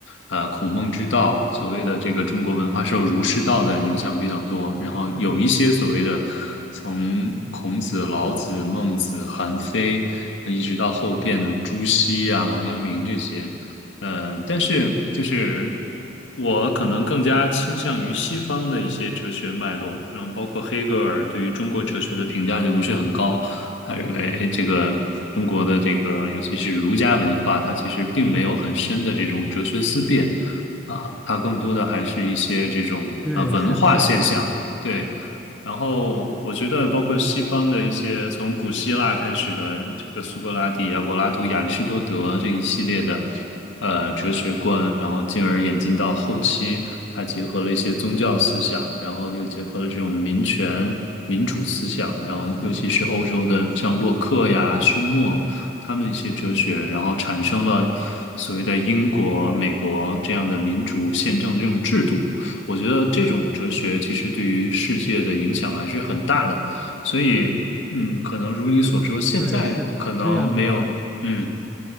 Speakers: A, on the left; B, in the centre.
A: 呃，孔孟之道，所谓的这个中国文化受儒释道的影响比较多，然后有一些所谓的从孔子、老子、孟子、韩非，一直到后边的朱熹啊、王阳明这些。嗯，但是就是我可能更加倾向于西方的一些哲学脉络，然后包括黑格尔对于中国哲学的评价就不是很高，他认为这个中国的这个尤其是儒家文化，它其实并没有很深的这种哲学思辨啊，它更多的还是一些这种啊文化现象，
B: 对，是是这样的。
A: 对。然后我觉得，包括西方的一些从古希腊开始的这个苏格拉底啊、柏拉图、亚里士多德这一系列的呃哲学观，然后进而演进到后期，它结合了一些宗教思想，然后又结合了这种民权、民主思想，然后尤其是欧洲的像洛克呀、休谟他们一些哲学，然后产生了所谓的英国、美国这样的民主宪政的这种制度。我觉得这种哲学其实对于世界的影响还是很大的，所以，嗯，可能如你所说，现在可能没有，
B: 对，是的，这样的
A: 嗯，